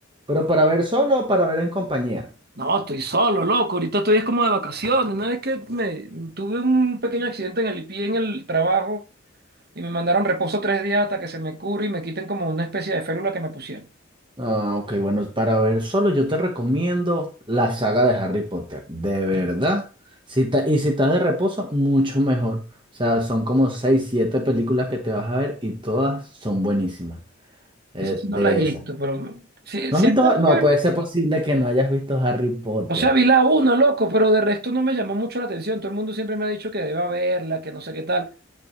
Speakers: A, on the right; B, on the right.
A: pero para ver solo o para ver en compañía.
B: No, estoy solo, loco. Ahorita estoy es como de vacaciones. Una vez que me tuve un pequeño accidente en el pie en el trabajo y me mandaron reposo tres días hasta que se me cure y me quiten como una especie de férula que me pusieron.
A: Ah, ok, bueno, para ver solo yo te recomiendo la saga de Harry Potter, de verdad. Si ta- y si estás de reposo, mucho mejor. O sea, son como 6 7 películas que te vas a ver y todas son buenísimas. eh,
B: Eso sí
A: de
B: no la he visto,
A: esas.
B: pero sí,
A: ¿No
B: siempre
A: has visto? Ha-
B: tuve
A: No, puede ser posible que no hayas visto Harry Potter.
B: O sea, vi la una, loco, pero de resto no me llamó mucho la atención. Todo el mundo siempre me ha dicho que deba verla, que no sé qué tal.